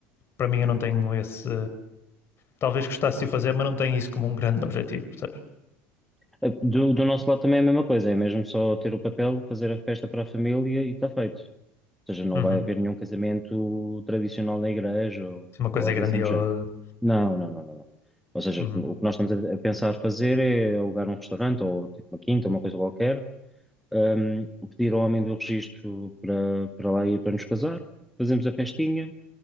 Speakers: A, on the left; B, in the centre.
A: para mim eu não tenho esse. Talvez gostasse de o fazer, mas não tenho isso como um grande objetivo, percebes?
B: Eh, Do, do nosso lado também é a mesma coisa, é mesmo só ter o papel, fazer a festa para a família e está feito. Ou seja, não
A: Uhum.
B: vai haver nenhum casamento tradicional na igreja ou,
A: Uma coisa
B: ou algo
A: é grandiosa.
B: assim do género. Não, não, não, não, não. Ou seja,
A: Uhum.
B: o que nós estamos a a pensar fazer é alugar um restaurante ou tipo uma quinta, uma coisa qualquer, hum, pedir ao homem do registro para, para lá ir para nos casar, fazemos a festinha,